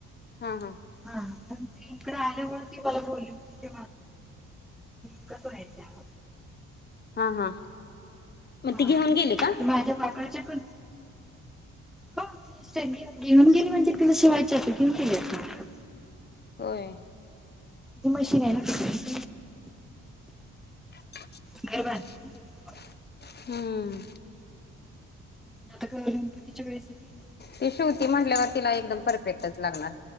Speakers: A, on the left; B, in the centre.
A: हा हा.
B: हा पण ते इकड आल्यामुळे ती मला बोली होती <unintelligible>
A: हा हा मग
B: हा
A: ती घेऊन गेले का?
B: तर माझ्या बाकड्याचे पण हो तीे घेऊन गेली म्हणजे तिला शिवायचे असनार घेऊन गेली असणार.
A: होय.
B: ती मशीन हाय ना तिकडे.
A: <unintelligible>
B: घर बांधलंय ना तिने तुम्हाला
A: हम्म
B: आता गौर गणपतीच्या वेळेस येते.
A: ती शेवती म्हणल्यावर तिला एकदम परफेक्टच लागणार.